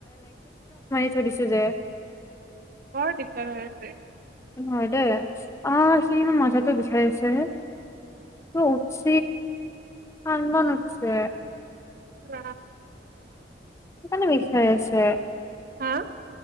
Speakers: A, on the left; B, on the right.
A: কৈ দিছো যে
B: বহুত দিকদাৰত হৈছে
A: হয় দে অ সমান মাথাতো বিষছে আছে ত উঠছ আন উঠছে
B: কোৱা
A: আথুনি বিষাই আছে
B: হা